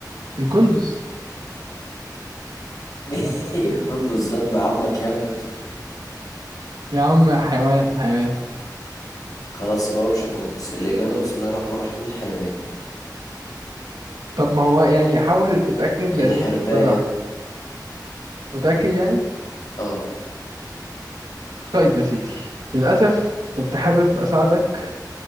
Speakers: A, on the right; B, on the left.
A: الكندس
B: <laughs> إيه القندوز ده ابن عمك يعني ولا إيه؟
A: يا عم حيوان حيوان
B: خلاص يبقى هو مش القندوز الإجابة بسم الله الرحمن الرحيم الحرباية
A: طب ما هو يعني حاول تتأكد لأن
B: الحرباية
A: أنت طلع متأكد يعني
B: آه
A: طيب يا سيدي للأسف كنت حابب أساعدك